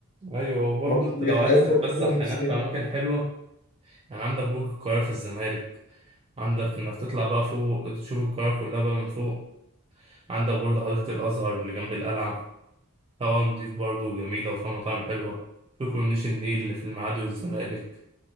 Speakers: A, on the right (about 25°); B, on the left (about 35°).
A: أيوة وبرضه
B: برضو
A: أنت
B: دي
A: لو
B: حاجات
A: عايز تتفسح
B: برضو نفسية
A: هناك في أماكن حلوة يعني عندك برج القاهرة في الزمالك عندك إنك تطلع بقى فوق تشوف القاهرة كلها بقى من فوق عندك برضه حديقة الأزهر اللي جنب القلعة هوا نضيف برضه وجميلة وفيها مطاعم حلوة في كورنيش النيل اللي في المعادي والزمالك